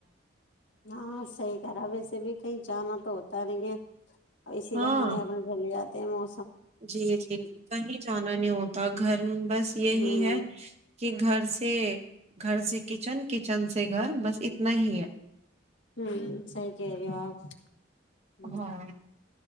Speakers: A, on the left (about 70°); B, on the right (about 35°).
A: ہاں صحی کرا ویسے بھی کئی چانا تو ہوتا نہیں ہے اور اسی
B: ہاں
A: بہانے اپنا جلیا ت مو
B: جی جی جی کہیں جانا نہیں ہوتا گھر بس یہی
A: ہوں
B: ہے کہ گھر سے گھر سے کچن کچن سے گھر بس اتنا ہی ہے
A: ہوں سح کہ رہیے آپ ہوں
B: ہاں